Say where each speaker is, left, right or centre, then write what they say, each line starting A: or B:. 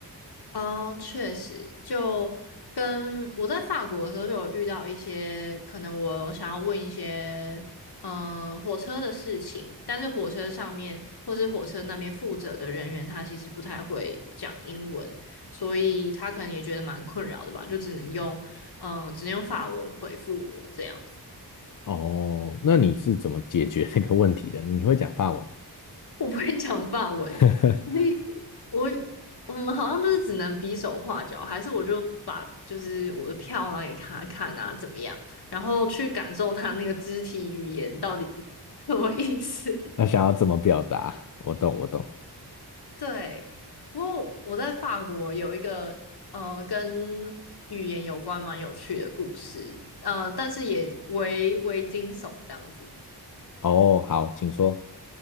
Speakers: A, on the left; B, on the left.
A: 哦，确实，就跟我在法国的时候就有遇到一些，可能我想要问一些，嗯，火车的事情，但是火车上面或是火车那边负责的人员，他其实不太会讲英文，所以他可能也觉得蛮困扰的吧，就只能用，嗯，只能用法文回复我这样子，
B: 哦，那你是怎么解决那个问题的？你会讲法文？
A: 我不会讲法文，
B: <laughs>
A: <laughs> 我我们好像就是只能比手画脚，还是我就把就是我的票拿给他看啊，怎么样，然后去感受他那个肢体语言到底是什么意思。
B: 那想要怎么表达？我懂，我懂。
A: <laughs> 对，不过我在法国有一个呃跟语言有关蛮有趣的故事，嗯、呃，但是也为为惊悚这样子。
B: 哦，好，请说。